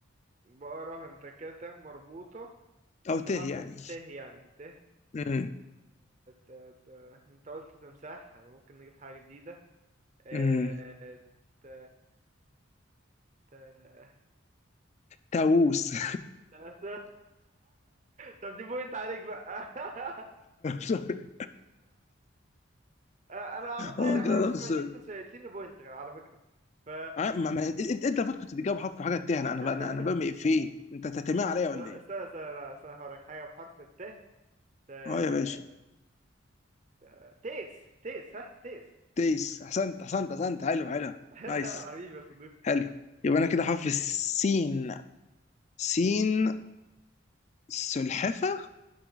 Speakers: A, on the right; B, on the left.
A: بقرة انت كده ت مربوطة
B: او
A: أسحب
B: ته
A: عارفة
B: يعني
A: ت يعني ت ت
B: امم
A: ت ت انت قلت تمساح انا ممكن نجيب حاجة جديدة اه،
B: امم
A: ت ت ت
B: تاووس <laughs>
A: ت- <laughs> طب دي بوينت عليك بقى <laughs>
B: سوري
A: اه، انا عملت اي
B: اه
A: حركة
B: جاد
A: شبه
B: سوري
A: دي انت سألتني بوينت على فكرة ف
B: ع- ما- ما- انت انت المفروض كنت تجاوب حرف حاجه تاه انا
A: <laughs>
B: انا انا أنا برمي افيه انت تتمع عليا ولا
A: طب استنى
B: ايه؟
A: استنى لا، استنى هقولك حاجة بحرف الت ت ت-
B: اه يا باشا
A: ت- تيس تيس ها تيس
B: تيس احسنت احسنت احسنت حلو حلو
A: <laughs>
B: نايس
A: حبيبي يا صديقي
B: حلو يبقى انا كده حرف السين سين سلحفه